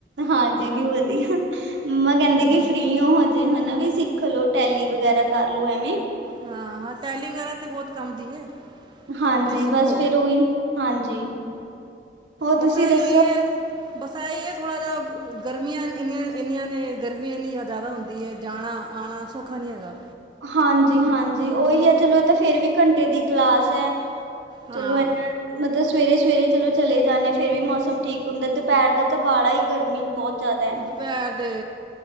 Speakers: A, on the right; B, on the right.
A: ਹਾਂ ਜੀ, ਜੀ ਵਦੀਆ। ਮੰਮਾ ਕੈਂਦੇ
B: ਹੂੰ
A: ਕਿ ਫ੍ਰੀ ਓ ਹਜੇ, ਹਨਾ ਵੀ ਸਿੱਖ ਲੋ, ਟੈਲੀ ਵਗੈਰਾ ਕਰਲੋ ਐਵੇਂ।
B: ਹਾਂ- ਹਾਂ ਟੈਲੀ ਵਗੈਰਾ ਤੇ ਬੋਤ ਕੰਮ ਦੀ ਐ,
A: ਹਾਂਜੀ
B: ਤੂਸੀ ਸਿੱਖੋ।
A: ਬਸ ਫੇਰ ਉਹੀ ਹਾਂਜੀ। ਹੋਰ
B: ਬਸ
A: ਤੁਸੀਂ
B: ਐਈ
A: ਦੱਸੋ
B: ਓ ਐ। ਬਸ ਐ ਈ ਐ ਥੋੜਾ ਜਾ, ਗਰਮੀਆਂ ਇਨ ਇੰਨੀਆਂ ਨੇ, ਗਰਮੀ ਐਨੀ ਜਾਦਾ ਹੁੰਦੀ ਐ ਜਾਣਾ, ਆਣਾ ਸੌਖਾੱ ਨੀ ਹੈਗਾ।
A: ਹਾਂਜੀ- ਹਾਂਜੀ ਓਈ ਏ, ਚਲੋ ਏ ਤੇ ਫੇਰ ਵੀ ਘੰਟੇ ਦੀ ਕਲਾਸ ਐ।
B: ਹਾਂ
A: ਚਲੋ ਐ ਮਤਲਬ ਸਵੇਰੇ, -ਸਵੇਰੇ ਚਲੋ ਚਲੇ ਜਾਂਨੇ ਆਂ, ਫੇਰ ਵੀ ਮੌਸਮ ਠੀਕ ਹੁੰਦੈ, ਦੂਪੈਹਰ ਦਾ ਤੇ ਬ਼ਾਲਾ ਈ ਗਰਮੀ ਬੋਤ ਜਾਦੈ।
B: ਦੂਪੈਰ ਦੇ